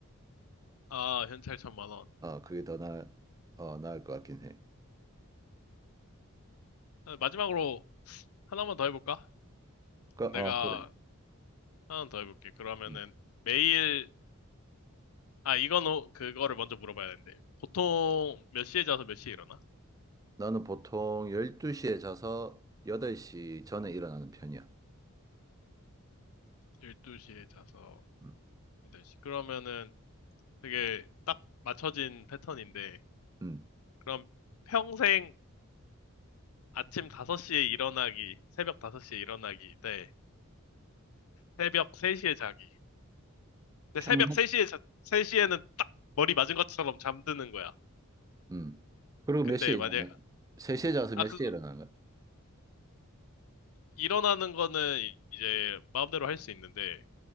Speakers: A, on the left; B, on the right.
A: 아, 현찰 천만 원.
B: 어, 그게 더 나, 어, 나을 것 같긴 해.
A: 아, 마지막으로 하나만 더 해볼까?
B: 그, 어,
A: 내가
B: 그래.
A: 하나 더 해볼게. 그러면은
B: 음.
A: 매일, 아, 이건, 오- 그거를 먼저 물어봐야 되는데. 보통 몇 시에 자서 몇 시에 일어나?
B: 나는 보통 12시에 자서 8시 전에 일어나는 편이야.
A: 12시에 자서
B: 음.
A: 8시. 그러면은 되게 딱 맞춰진 패턴인데.
B: 음.
A: 그럼 평생 아침 5시에 일어나기, 새벽 5시에 일어나기, 대 새벽 3시에 자기. 근데
B: 평생,
A: 새벽 3시에, 자, 3시에는 딱 머리 맞은 것처럼 잠드는 거야.
B: 음. 그리고
A: 근데
B: 몇 시에 일어나?
A: 만약,
B: 3시에 자서
A: 아,
B: 몇
A: 그,
B: 시에 일어나는 거야?
A: 일어나는 거는 이제 마음대로 할 수 있는데,